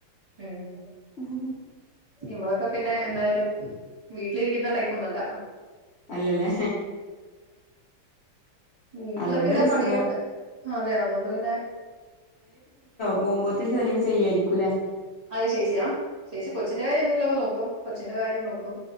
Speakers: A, on the right (about 20°); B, on the left (about 50°).
A: ഉം
B: ഉം
A: ഇവളൊക്കെ പിന്നെ എന്തായാലും വീട്ടിലിരിക്കുന്ന ടൈപ്പൊന്നല്ല
B: അല്ലല്ലേ
A: വീട്ടില്
B: അതോണ്ട്
A: പിന്നെ പണിയെടുത്ത്
B: സുഖാ
A: അതെ അതൊണ്ട് പിന്നെ
B: പോവുമ്പോതിന് ജോലിയൊക്കെ ചെയ്യായിരികുംല്ലേ
A: അത് ചേച്ചിയാ ചേച്ചി കൊച്ചിന്റെ കാര്യം എന്തെങ്കിലോക്കെ നോക്കും കൊച്ചിന്റെ കാര്യം നോക്കും